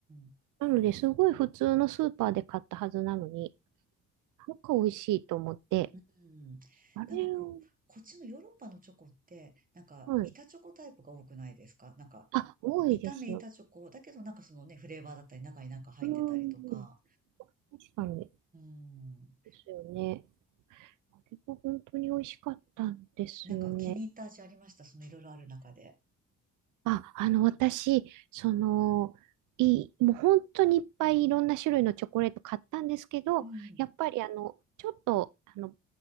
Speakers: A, on the right; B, on the right.
A: ん。
B: なので、すごい普通のスーパーで買ったはずなのに、なんか美味しいと思って、
A: うん。
B: あれを、
A: なんかこう、こっちのヨーロッパのチョコって、なんか板チョコタイプが多くないですかなんか、
B: はい。あ、多いですよ。
A: 見た目板チョコ、だけどなんかそのね、フレーバーだったり、中になんか入ってたりとか、
B: うーん。確かに。
A: うん。
B: ですよね。あれが本当に美味しかったんですよね。
A: なんか気に入った味ありました、そのいろいろある中で。
B: あ、あの、私、その、いい、もう本当にいっぱいいろんな種類のチョコレート買ったんですけど、
A: うん、
B: やっぱりあの、ちょっと、あの、